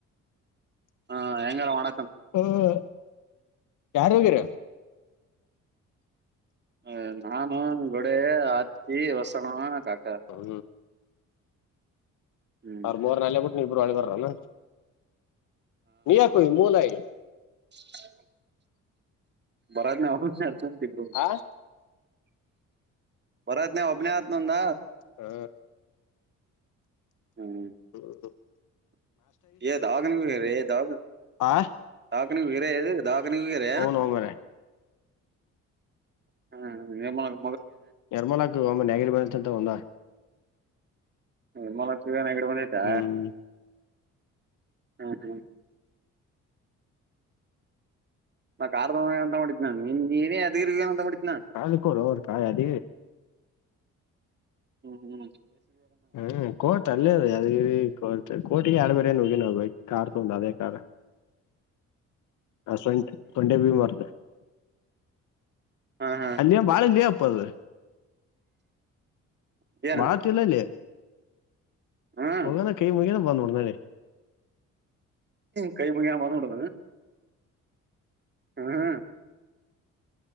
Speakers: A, on the right; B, on the left.
A: ಹಾ ಹೆಂಗಾರ ಒಣ
B: ಹ್ಮ ಯಾರು ಹೋಗಿರ
A: ಹ ನಾನು ಗೋಡೆ ಹತ್ತಿ ಹೊಸಣ ಕಾಕ
B: ಹೌ
A: ಹ್ಮ್
B: ಅವರ್ ಮೂರ್ ನ ಅಲೆ ಬಿಟ್ಟು ನೀ ಇಬ್ರು ಅಳಿಗಾರಲ್ಲ ನೀಯಕ ಮೂೋಲಯ
A: ಹೌದು ಬರತ್ ನ ಅವ ಅರ್ಚಂಬ್ರ
B: ಆ
A: ಭರತನ ಅಭನಯಾತ್ ನೋಂದ
B: ಹಾ
A: ಹ್ಮ್
B: ಹ್ಮ
A: ಏ ದಾವ ದಾಗ
B: ಆ
A: ದಾಕ ನಿ ಬಿಗೇರ ದಾಕನ ಬಿಗೆರ
B: ಹ್ಮ್ ನೋ ಮರ
A: ಹ್ಮ್ ಎ ಮಾಡ
B: ನಿರ್ಮಲಾಕ್ ಒಮ್ಮ ನಗಡಿಿವ್ ಬಂತ ಒಂದಾ
A: ಹ ಮಲಗ ಹಿಡ ಬಂದ್ ಆಯ್ತಾ
B: ಹ್ಮ್
A: ಹ್ಮ ಹ್ಮ್ ನಾ ಕಾರ್ದ ಅಂತ ಮಾಡಿದ್ದನ ನನ್ ನಿಮ್ ನೀನೇ ಅದಗಿ ಅಂತ ಮಾಡಿದ್ದಿ
B: ಕಾಲ ಕೂರು ಅವರು ಕಾಯ ಅದ
A: ಹ್ಮ್ ಹ್ಮ್್ಮ
B: ಹ್ಮ್ ಕೋಟ್ ಅಲ್ಲೇ ಅದು ಅ ಕೋ ಕೋಟಗ ಆಡ್ಬೇಕು ನುಗೆ ನ ಬ ಕಾರ ತ ಹಂದಾದ ಹ ಸಂ ಸೊಂಡೆ ಬಿೀ ಮಾಡಾರ್ದ
A: ಹಾ ಹಾ
B: ಅಲ್ಲಿಯ ಬಾಳ ಇಲ್ಲಿಯ ಅಪ್ಪದು
A: ಏನ
B: ಮಾತಲ್ಲಲ್ಲಿ
A: ಹ್ಮ್
B: ಕ ಕೈ ಮು ಕನ ಬಂದ ಉಡನೆನೆ
A: ಕೈ ಮು ಬಾಸ ಉಡದು ಹ್ಮ ಹ್ಮ